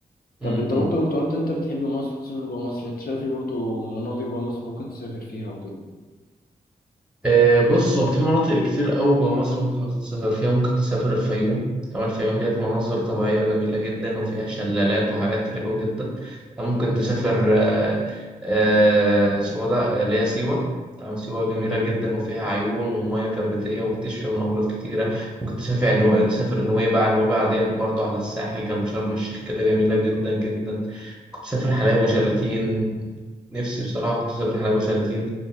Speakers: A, in the centre; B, on the left (about 65°).
A: م-
B: طب انت
A: م.
B: برضو انت قلت انت بتحب مصر وتسافر جوه مصر انت شايف ايه برضو مناطق جوه مصر ممكن تسافر فيها وكده
A: آه، بص هو في مناطق كتير قوي جوه مصر ممكن تسافر فيها ممكن تسافر الفيوم تمام الفيوم ديت مناظر طبيعية جميلة جدا وفيها شلالات وحاجات حلوة جدا تمام، ممكن تسافر آه، آه، اسمه ده آه، اللي هي سيوة تمام سيوة جميلة
B: امم
A: جدا وفيها عيون ومياه كبريتية وبتشفي من أمراض كتيرة ممكن تسافر نو... تسافر نويبع نويبع ديت برضو على الساحل جنب شرم الشيخ كده جميلة جدا جدا ممكن تسافر حلايب وشلاتين نفسي بصراحة كنت أسافر حلايب وشلاتين